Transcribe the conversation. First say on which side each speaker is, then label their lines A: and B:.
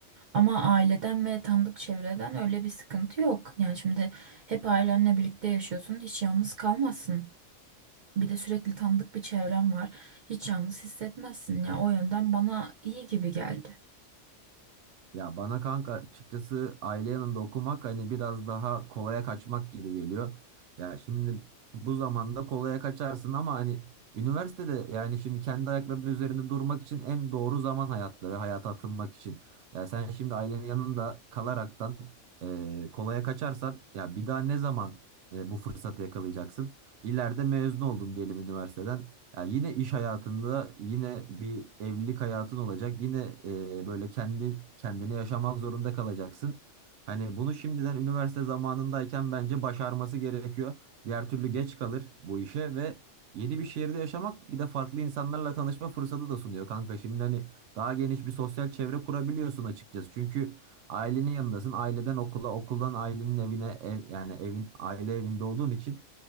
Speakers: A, on the right; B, on the right.
A: Ama aileden ve tanıdık çevreden öyle bir sıkıntı yok. Yani şimdi hep ailenle birlikte yaşıyorsun, hiç yalnız kalmazsın. Bir de sürekli tanıdık bir çevren var. Hiç yalnız hissetmezsin ya. O yönden bana iyi gibi geldi.
B: Ya bana kanka açıkçası aile yanında okumak hani biraz daha kolaya kaçmak gibi geliyor. Ya şimdi bu zamanda kolaya kaçarsın ama hani üniversitede yani şimdi kendi ayaklarının üzerinde durmak için en doğru zaman hayatta ve hayata atılmak için. Ya sen şimdi ailenin yanında kalaraktan eee, kolaya kaçarsan ya bir daha ne zaman e, bu fırsatı yakalayacaksın? İleride mezun oldun diyelim üniversiteden. Ya yine iş hayatında, yine bir evlilik hayatın olacak. Yine e, böyle kendi kendini yaşamak zorunda kalacaksın. Hani bunu şimdiden üniversite zamanındayken bence başarması gerekiyor. Diğer türlü geç kalır bu işe ve yeni bir şehirde yaşamak bir de farklı insanlarla tanışma fırsatı da sunuyor kanka. Şimdi hani daha geniş bir sosyal çevre kurabiliyorsun açıkçası. Çünkü ailenin yanındasın. Aileden okula, okuldan ailenin evine, ev, yani evin aile evinde olduğun için